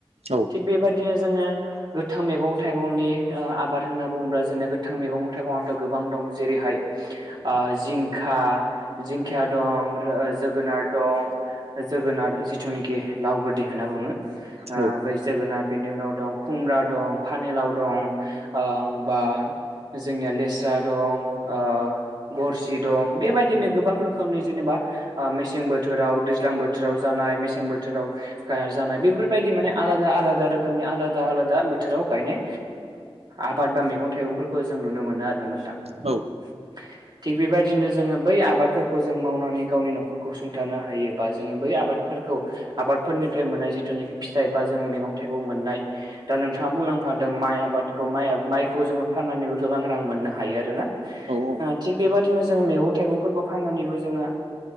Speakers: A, on the right (about 80°); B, on the right (about 45°).
A: औ
B: थिग बेबायदिनो जोङो गोथां मैगं थाइगंनि ओ आबाद होनना बुङोब्ला जोंनिया गोथां मैगं थाइगंआथ' गोबां दं जेरैहाय ओ जिंखा जिंखाया दं जोगोनार दं जोगोनार जिथुनाखि लाव गोदै होनना बुङो ओ
A: औ
B: बै जोगोनार बेनि उनाव दं खुमब्रा दं पानेलाव दं ओ बा जोंनिया लेस्रा दं ओ गरसि दं बेबायदिनो गोबां रोखोमनि जेनेबा मेसें बोथोराव दैज्लां बोथोराव जानाय मेसें बोथोराव जानाय बेफोरबायदि माने आलादा आलादा रोखोमनि आलादा आलादा बोथोराव गायनाय आबाद बा मैगं थाइगंफोरखौ जों नुनो मोनो आरोना नोंथां
A: औ
B: <inaudible> थिग बेबायदिनो जोङो बै आबादफोरखौ जों मावनानै गावनि न'खरखौ सुंथानो हायो बा जोङो बै आबाद फोरखौ आबादफोरनिफ्राय मोननाय जिथुनाखि फिथाइ बा जोङो मैगं थाइगं मोननाय दा नों बिथाङा बुंलांखादों माइ आबादखौ माइखौ जोङो फाननानैबो गोबां रां मोननो हायो आरोना
A: औ
B: थिग बेबादिनो जोङो मैगं थाइगंफोरखौ फाननानैबो जोङो